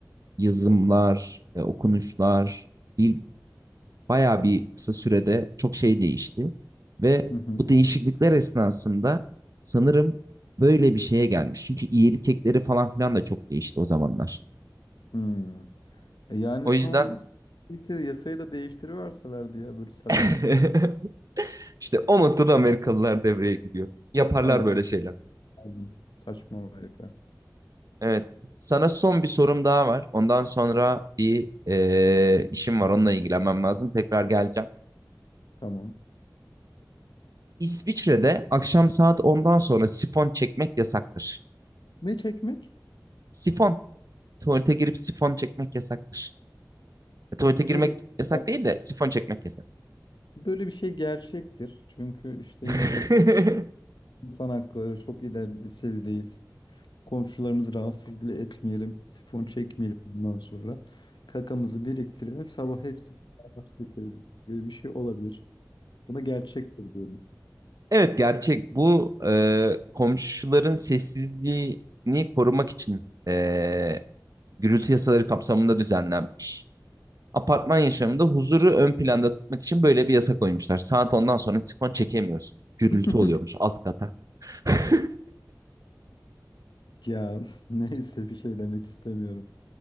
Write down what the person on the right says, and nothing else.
Yazımlar, e, okunuşlar, dil bayağı bir kısa sürede çok şey değişti. Ve
bu değişiklikler esnasında sanırım böyle bir şeye gelmiş. Çünkü iyilik ekleri falan filan da çok değişti o zamanlar.
O yüzden
<laughs>
işte o noktada Amerikalılar devreye giriyor. Yaparlar
böyle
şeyler.
Evet. Sana son bir sorum daha var. Ondan sonra bir e, işim var. Onunla ilgilenmem lazım. Tekrar geleceğim.
İsviçre'de akşam saat ondan sonra sifon çekmek yasaktır.
Sifon. Tuvalete girip sifon çekmek yasaktır. E, tuvalete girmek
yasak
değil de sifon çekmek yasak.
<laughs>
Evet gerçek. Bu e, komşuların sessizliğini korumak için e, gürültü yasaları kapsamında düzenlenmiş. Apartman yaşamında huzuru ön planda tutmak için böyle bir yasa koymuşlar. Saat ondan sonra sifon çekemiyorsun. Gürültü
oluyormuş alt kata. <laughs>